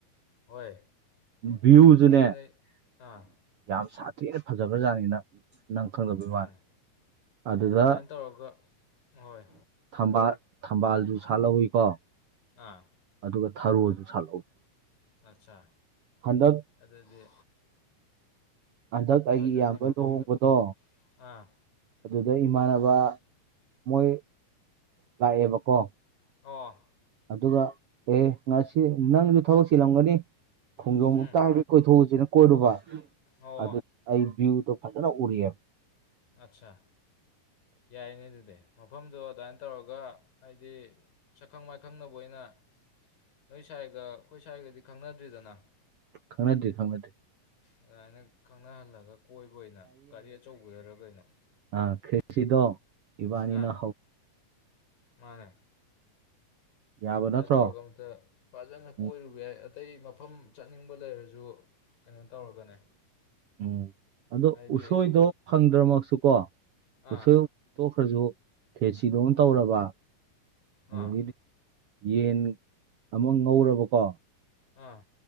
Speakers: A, on the left; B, on the right.
A: ꯍꯣꯏ
B: ꯚ꯭ꯋꯨꯁꯨꯅꯦ
A: ꯑꯗꯨꯅꯦ ꯑꯥ
B: ꯌꯥꯝ ꯁꯥꯊꯤꯅ ꯐꯖꯕ꯭ꯔꯥꯖꯥꯠꯅꯤꯅ ꯅꯪ ꯈꯪꯗꯕꯩ
A: ꯃꯥꯅꯦ
B: ꯋꯥꯅꯦꯦ ꯑꯗꯨꯗ
A: ꯑꯗꯨꯃꯥꯏꯅ ꯇꯧꯔꯒ ꯍꯣꯏ
B: ꯊꯝꯕꯥꯜ ꯊꯝꯕꯥꯜꯁꯨ ꯁꯥꯠꯍꯧꯋꯤꯀꯣ
A: ꯑꯥ
B: ꯑꯗꯨꯒ ꯊꯔꯣꯁꯨ ꯁꯥꯠꯍꯧꯋꯤ
A: ꯑꯠꯆꯥ
B: ꯍꯟꯗꯛ
A: ꯑꯗꯨꯗꯗꯤ
B: ꯍꯟꯗꯛ ꯑꯩꯒꯤ
A: ꯐꯖꯅꯤ
B: ꯏꯌꯥꯝꯕ
A: ꯃꯐꯝꯗꯨ
B: ꯂꯨꯍꯣꯡꯕꯗꯣ
A: ꯑꯥ
B: ꯑꯗꯨꯗ ꯏꯃꯥꯟꯅꯕ ꯃꯣꯏ ꯂꯥꯛꯑꯦꯕꯀꯣ
A: ꯑꯣ
B: ꯑꯗꯨꯒ ꯑꯦ ꯉꯁꯤ ꯅꯪꯖꯨ ꯊꯕꯛ ꯆꯤꯜꯂꯝꯒꯅꯤ ꯈꯣꯡꯖꯣꯝꯕꯨꯛꯇ
A: ꯎꯝ
B: ꯍꯥꯏꯕꯤ ꯀꯣꯏꯊꯣꯛꯎꯖꯤꯅ ꯀꯣꯏꯔꯨꯕ
A: ꯑꯣ
B: ꯑꯗꯨ ꯑꯩ ꯚ꯭ꯌꯨꯗꯣ ꯐꯖꯅ ꯎꯔꯤꯌꯦ
A: ꯑꯠꯆꯥꯥ ꯌꯥꯏꯅꯦ ꯑꯗꯨꯗꯤ ꯃꯐꯝꯗꯣ ꯑꯗꯥꯏꯟ ꯇꯧꯔꯒ ꯍꯥꯏꯗꯤ ꯁꯛꯈꯪ ꯃꯥꯏꯈꯪꯅꯕ ꯑꯣꯏꯅ ꯅꯣꯏ ꯁꯥꯏꯒ ꯑꯈꯣꯏ ꯁꯥꯏꯒꯗꯤ ꯈꯪꯅꯗ꯭ꯔꯤꯗꯅ
B: ꯈꯪꯅꯗꯦ ꯈꯪꯅꯗꯦ
A: ꯑꯗꯨꯃꯥꯏꯅ ꯈꯪꯅꯍꯜꯂꯒ ꯀꯣꯏꯕ ꯑꯣꯏꯅ ꯒꯥꯔꯤ ꯑꯆꯧꯕꯗꯔ ꯀꯩꯅꯣ
B: ꯑ ꯈ꯭ꯔꯦꯆꯤꯁꯤꯗꯣ ꯏꯕꯥꯅꯤꯅ
A: ꯑꯥ
B: ꯍꯧ
A: ꯃꯥꯅꯦ
B: ꯌꯥꯕ
A: ꯗꯥꯏꯟ
B: ꯅꯠꯇ꯭ꯔꯣ
A: ꯇꯧꯔꯒ ꯑꯝꯇ ꯐꯥꯖꯅ
B: ꯎꯝ
A: ꯀꯣꯏꯔꯨꯕ ꯌꯥꯏ ꯑꯇꯩ ꯃꯐꯝ ꯆꯠꯅꯤꯡꯕ ꯂꯩꯔꯖꯨ ꯀꯩꯅꯣ ꯇꯧꯔꯒꯅꯦ
B: ꯎꯝ ꯑꯗꯣ
A: ꯍꯥꯏꯗꯤ
B: ꯎꯁꯣꯏꯗꯣ ꯐꯪꯗ꯭ꯔꯃꯛꯁꯨꯀꯣ
A: ꯑꯥ
B: ꯎꯁꯣꯏ ꯊꯣꯛꯈ꯭ꯔꯖꯨ ꯈꯦꯆꯤꯗꯣ ꯑꯃꯥ ꯇꯧꯔꯕ
A: ꯎꯝ
B: ꯑꯗꯒꯤꯗꯤ
A: ꯑꯥ
B: ꯌꯦꯟ ꯑꯃꯥ ꯉꯧꯔꯕꯀꯣ
A: ꯑꯥ